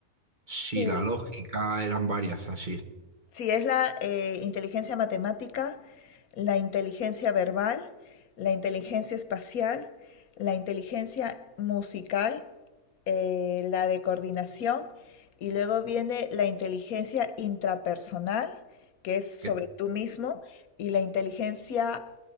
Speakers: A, on the right; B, on the left.
A: sí,
B: Sí,
A: la lógica, eran varias así.
B: Sí, es la eh, inteligencia matemática, la inteligencia verbal, la inteligencia espacial, la inteligencia musical, eh, la de coordinación y luego viene la inteligencia intrapersonal, que es sobre
A: Que-
B: tú mismo, y la inteligencia,